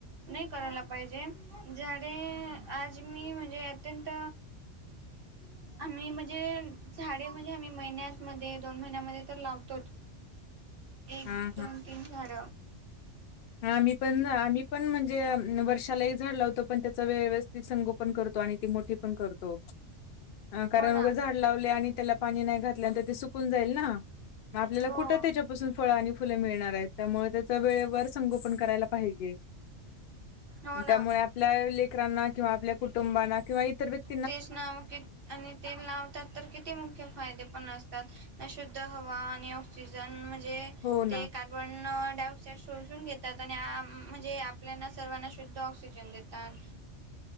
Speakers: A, on the right (about 50°); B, on the left (about 55°).
A: नाही करायला पाहिजे,, झाडेऽऽ आज मी म्हणजे अत्यंत,, आ्मही म्हणजे झाडेऽ म्हणजे आम्ही महिन्यामध्ये दोन महिन्यामध्ये तर लावतोच,, एक
B: हा
A: दोनऽ तीन झााड.
B: ह, आम्ही पण आम्हीऽऽ पण म्हणजे,, वर्षाला एक झाड लावतो पण त्याचा व्यवस्थित संगो पण करतो आणि ती मोठी पण करतो. अ कारण
A: हो ना
B: उगं झाड लावले आणि त्याला पाणी नाही घातलेनंत ते सुकून जाईल ना, आपल्याला
A: हो
B: कुठं त्याच्यापासून फळ आणि फुलं मिळणार आहेत, त्यामुळे त्याच वेळेवरऽ संगोपन करायला पाहिजे,
A: हो ना
B: त्यामुळेऽ आपल्या लेकरांना किंवा आपल्या कुटुंबाांना किंवा इतर व्यक्तीऽ
A: तेच नावक आणि ते लावतातऽऽ तर किती मुख्य फायदे पण असतात,, अ शुद्ध हवा आणि ऑक्सिजन म्हणजेऽऽ
B: हो ना.
A: ते का? पण डाऑक्साईड सोशुन घेतात, आणि म्हणजे आपल्याना सर्वांना शुद्ध ऑक्सिजन देतातऽ
B: ह